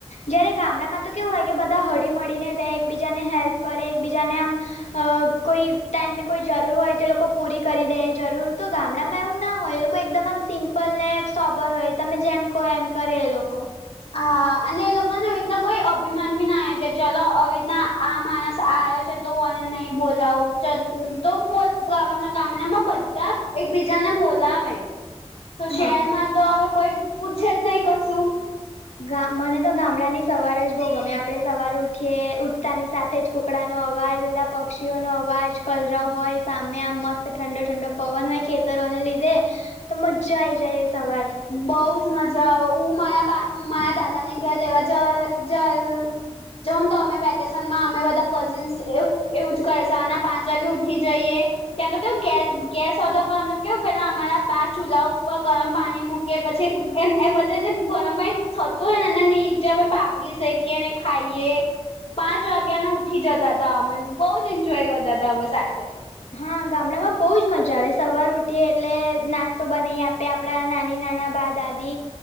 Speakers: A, on the left; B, on the left.
A: જયારે ગામડામાં તો કેવું હોય કે બધા હળી મળીને રહે એકબીજાને હેલ્પ કરે એકબીજાને આમ અ કોઈ ટાઈમે કોઈ જરૂર હોય તો લોકો પૂરી કરી દે જરૂર તો ગામડામાં એવું ના હોય લોકો કોઈ એકદમ આમ સિમ્પલને સોબર હોય તમે જેમ કહો એમ કરે એ લોકો
B: હા અને એ લોકોને આવી રીતના કોઈ અભિમાન ભી ના આવ કે ચલો આવી રીતના આ માણસ આવ્યો છે. તો હું આને નહી બોલાવું ચલ તો ઉમ બોલ ગામના ગામડામાં બધા એકબીજાને બોલાવે તો શહેરમાં
A: હા
B: તો હવે કોઈ પૂછે જ નહી કસુ.
A: ગામ મને તો ગામડા ની સવાર જ બઉ ગમે આપડે સવાર ઉઠીએ ઉઠતાની સાથે થતે જ કુકડાનો અવાજ બધા પક્ષીઓનો અવાજ કલરવ હોય સામે આમ મસ્ત ઠંડો ઠંડો પવન હોય ખેતરોને લીધે તો મજા આઈ જાય એ સવાર
B: બઉજ મજા આવે હું મારા બા હુ મારા દાદા ને ઘેર રહેવા જ જય જાવ ને તો અમે વેકેશનમાં અમે બધા કઝિનસ એવું એવુજ કયી સવારના પાંચ વાગે ઉઠી જઈએ ત્યાં તો કેવું ગેસ ગેસ હતો પન કેવું પેલા અમારા બા ચૂલા ઉપર ગરમ પાણી મુકી કે પછી એન એને વચ્ચે જે જ ગરમ પાણી થતું તો એનેના નીચે અમે પાપડી શેકીએને ખાઈએ. પાંચ વાગ્યા ના ઉઠી જતા હતા અમે બઉ જ એન્જોય કરતા હતાા અમે સાથે.
A: હા ગામડા માં બહુજ મજા આવે સવાર ઉઠીએ એટલે નાસ્તો બનાવી આપે. પે આપણા નાની નાના બા દાદી